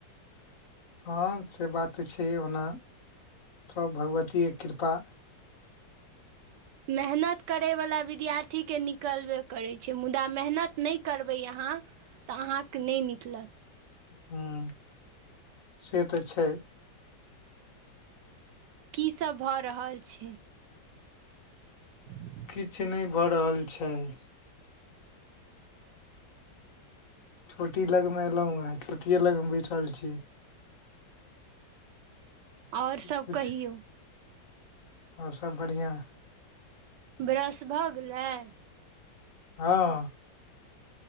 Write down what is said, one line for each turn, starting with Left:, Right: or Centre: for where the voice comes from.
Left: हँ से बात तऽ छै, ओना सभ भगवतीये कृपा
Right: मेहनत करयवला विद्यार्थीके निकलबे करैत छै मुदा मेहनत नइ करबै अहाँ तऽ अहाँके नेई निकलत
Left: हुं से तऽ छई।
Right: की सब भऽ रहल छै। ह
Left: किछ नय भऽ रहल छय। छोटी लग मे एलहुं हैं छोटिये लगमे बैठल छी। <inaudible>
Right: आओर सब
Left: किछ
Right: कहियौ
Left: आओर सब बढ़िआँ
Right: ब्रश भऽ गेलैय
Left: हँ